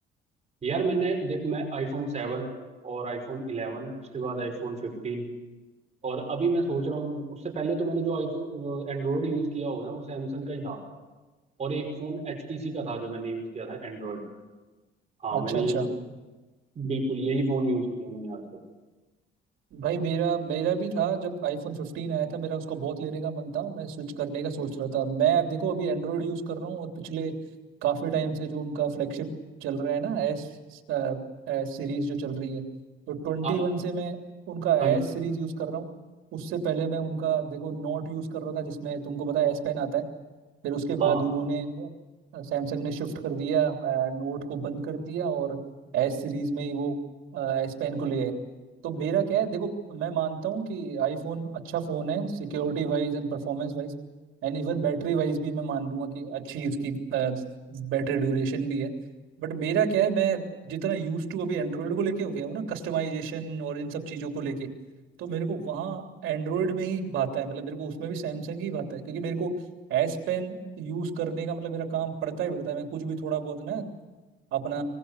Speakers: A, on the right; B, on the right.
A: यार मैंने देख मैं आईफोन सेवन और आईफोन इलेवन उसके बाद आईफोन फिफ्टीन और अभी मैं सोच रहा हूँ उससे पहले तो मैंने जो आईफोन एंड्रॉयड यूज किया होगा ना वो सैमसंग का ही था और एक फोन HTC का था जो मैंने यूज किया था एंड्रॉयड हाँ
B: अच्छा
A: मैंने
B: अच्छा
A: ये बिल्कुल यही फोन यूज किया मैंने आज तक
B: भाई मेरा मेरा भी था जब आईफोन फिफ्टीन आया था मेरा उसका बहुत लेने का मन था मैं स्विच करने का सोच रहा था मैं अब देखो अभी एंड्रॉयड यूज कर रहा हूँ और पिछले काफी टाइम से जो उनका फ्लैगशिप चल रहा है ना एस एस सीरीज जो चल रही है तो ट्वेंटी
A: आ-
B: वन से मैं उनका
A: हाँ
B: एस सीरीज यूज कर रहा हूँ उससे पहले मैं उनका देखो नोट यूज कर रहा था जिसमें तुमको पता है एस पेन आता है फिर उसके
A: हाँ,
B: बाद उन्होंने सैमसंग ने शिफ्ट कर दिया नोट को बंद कर दिया और एस सीरीज में ही वो एस पेन को ले गए तो मेरा क्या है देखो मैं मानता हूँ कि आईफोन अच्छा फ़ोन है security wise and performance wise and even battery wise भी मैं मान लूंगा कि अच्छी इसकी बैटरी ड्यूरेशन भी है बट मेरा क्या है मैं जितना यूज टू अभी एंड्रॉयड को लेके हो गया हूँ ना कस्टमाइजेशन और इन सब चीज़ों को लेके तो मेरे को वहाँ एंड्रॉयड में ही भाता है मतलब मेरे को उसमें भी सैमसंग ही भाता है क्योंकि मेरे को एस पेन यूज करने का मतलब मेरा काम पड़ता ही पड़ता है मैं कुछ भी थोड़ा बहुत ना अपना